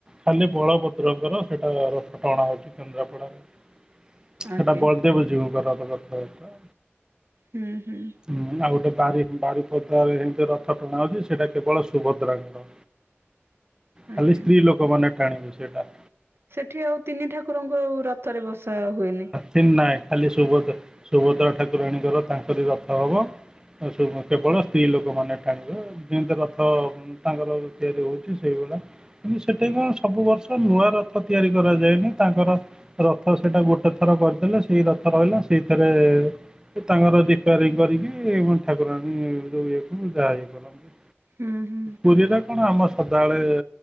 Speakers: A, on the right; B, on the right.
A: ଖାଲି ବଳଭଦ୍ରଙ୍କର ସେଇଟା ରଥ ଟଣା ହଉଚି କେନ୍ଦ୍ରାପଡ଼ାରେ। ସେଟା
B: ଆଜ୍ଞା
A: ବଳ୍ ଦେବଜୀବଙ୍କର ରଥ ଯାତ୍ରା।
B: ହୁଁ ହୁଁ।
A: ହୁଁ ଆଉ ଗୋଟେ ବାରି ବାରିପଦାରେ ହେନ୍ତି ରଥ ଟଣା ହେଉଛି ସେଇଟା କେବଳ ସୁଭଦ୍ରାଙ୍କର।
B: <unintelligible> ଆଜ୍ଞା
A: ଖାଲି ସ୍ତ୍ରୀ ଲୋକ ମାନେ ଟାଣିବେ ସେଇଟା।
B: ସେଠି ଆଉ ତିନି ଠାକୁରଙ୍କୁ ଆଉ ରଥରେ ବସା ହୁଏନି।
A: ତିନ୍ ନାଇ ଖାଲି ସୁଭଦ୍ରା ସୁଭଦ୍ରା ଠାକୁରାଣୀଙ୍କର ତାଙ୍କରି ରଥ ହବ। ଆଉ ସୁମି କେବଳ ସ୍ତ୍ରୀ ଲୋକମାନେ ଟାଣିବେ ଯେମ୍ତି ରଥ ହୁଁ ତାଙ୍କର ତିଆରି ହଉଚି ସେଇଭଲା। କିନ୍ତୁ ସେଠି କଣ ସବୁ ବର୍ଷ ନୂଆ ରଥ ତିଆରି କରାଯାଏନି ତାଙ୍କର ର ତାଙ୍କର ସେଟା ଗୋଟେ ଥର କର୍ଦେଲେ ସେଇ ରଥ ରହିଲା ସେଇଥିରେ ତାଙ୍କର ରାପାରିଙ୍ଗ୍ କରିକି ମ ଠାକୁରାଣୀ ଯୋଉ ଇଏକୁ ଯାହା ଇଏ କରନ୍ତି।
B: ହୁଁ ହୁଁ।
A: ପୁରୀରେ କଣ ଆମ ସଦାବେଳେ